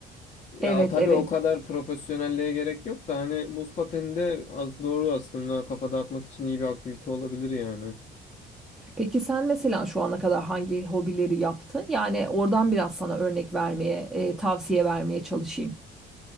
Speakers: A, on the left (about 45°); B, in the centre.
A: Ya
B: Evet,
A: tabii
B: evet.
A: o kadar profesyonelliğe gerek yok da hani buz pateni de az doğru aslında kafa dağıtmak için iyi bir aktivite olabilir yani.
B: Peki sen mesela şu ana kadar hangi hobileri yaptın? Yani oradan biraz sana örnek vermeye, e, tavsiye vermeye çalışayım.